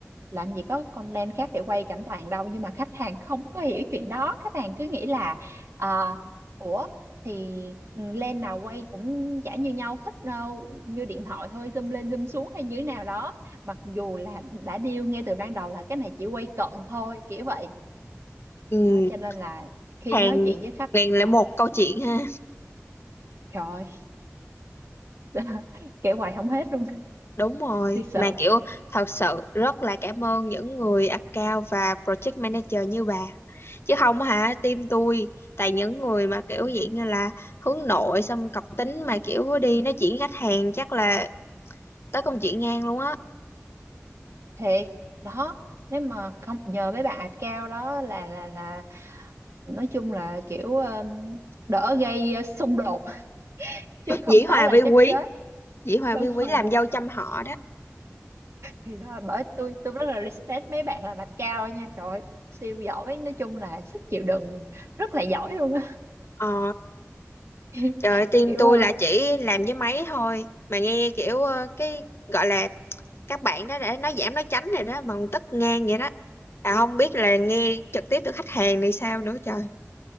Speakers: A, on the right; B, on the left.
A: làm gì có con lens khác để quay cảnh toàn đâu nhưng mà khách hàng không có hiểu chuyện đó khách hàng cứ nghĩ là à, ủa thì lens nào quay cũng chả như nhau thích ờ, như điện thoại thôi zoom lên zoom xuống hay như thế nào đó mặc dù là đã deal ngay từ ban đầu là cái này chỉ quay cận thôi kiểu vậy
B: ừ,
A: đó cho nên là khi
B: hàng
A: nói chuyện với khách
B: ngàn
A: là
B: lẻ một câu chuyện ha
A: trời ơi, <laughs> kể hoài không hết luôn
B: Đúng rồi,
A: thiệt sự
B: mà kiểu thật sự rất là cảm ơn những người account và project manager như bà. Chứ không hả, team tôi tại những người mà kiểu dạng như là hướng nội xong cọc tính mà kiểu đi nói chuyện khách hàng chắc là tới công chuyện ngang luôn á.
A: thiệt đó nếu mà không nhờ mấy bạn ạch cao đó là là là nói chung là kiểu um, đỡ gây uh, xung đột <laughs> chứ không
B: Dĩ Hòa
A: có là
B: vi quý,
A: chắc chết
B: Dĩ Hòa
A: đúng
B: vi quý
A: rồi
B: làm
A: bà
B: dâu trăm họ đó.
A: thì đó là bởi tôi tôi rất là respect mấy bạn làm ạch cao nha trời ơi, siêu giỏi nói chung là sức chịu đựng rất là giỏi luôn á
B: Ờ,
A: <laughs>
B: trời ơi, team
A: kiểu
B: tôi
A: ờ,
B: là chỉ làm với máy thôi mà nghe kiểu ờ, cái gọi là các bạn đó để nói giảm nói tránh rồi đó mà còn tức ngang vậy đó à không biết là nghe trực tiếp từ khách hàng thì sao nữa trời